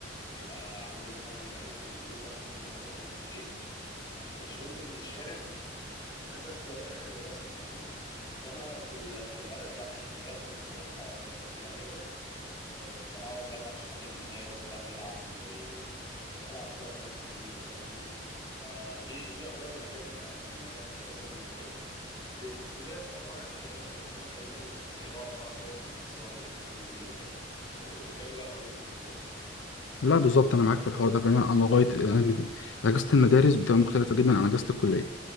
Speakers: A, on the left; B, on the left.
A: يبقى عنده مثلا يعني أنا كان دروسي أصلا معظمها كانت في البيت فما كنتش بنزل من الشارع غير بس لو انا رايح المدرسه فاهمني انما في ال- في البلد لا يعني في البلد كنت بروح آه، في الاجازه آه، اقعد بقى مع اصحابي اللي هناك نقعد بقى نلعب و- كنا بنلعب كوره هناك كتير فاهمني فدي دي يعتبر الاجازه بتاعت المدرسه بالنسبه لي بس في الكليه بصراحه يعني عايز اقول لك ان انا الاجازه اللي في الكليه بقعد بقى اطور من نفسي واقعد اذاكر حاجات جديده وكده وانت كنت بتعمل إيه بقى في اجازه الكليه
B: لا بالظبط انا معاك في الحوار ده فعلا انا لغايه يعني اجازه المدارس بتبقى مختلفه جدا عن اجازه الكليه